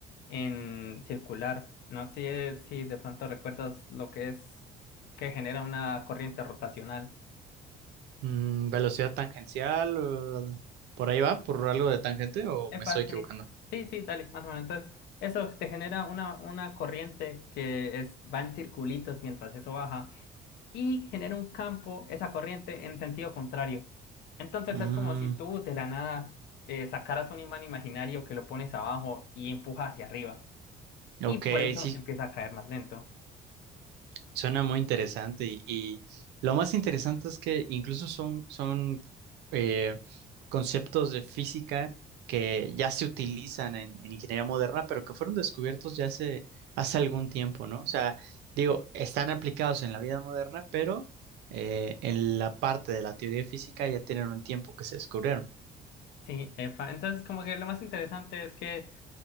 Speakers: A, on the left; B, on the right.
A: en circular. No sé si de pronto recuerdas lo que es que genera una corriente rotacional.
B: Mm, velocidad tangencial, eh, por ahí va, por algo de tangente o
A: Epa,
B: me estoy equivocando.
A: sí. Sí, sí, dale, más o menos. Entonces, eso te genera una, una corriente que es, va en circulitos mientras eso baja. y genera un campo, esa corriente, en sentido contrario. Entonces
B: Mm,
A: es como si tú de la nada eh, sacaras un imán imaginario que lo pones abajo y empujas hacia arriba. Y
B: ok,
A: por eso
B: sí,
A: empieza a caer más lento.
B: suena muy interesante y, y lo más interesante es que incluso son, son eh, conceptos de física que ya se utilizan en, en ingeniería moderna, pero que fueron descubiertos ya hace, hace algún tiempo, ¿no? O sea, digo, están aplicados en la vida moderna, pero eh, en la parte de la teoría de física ya tienen un tiempo que se descubrieron.
A: Sí, epa. Entonces como que lo más interesante es que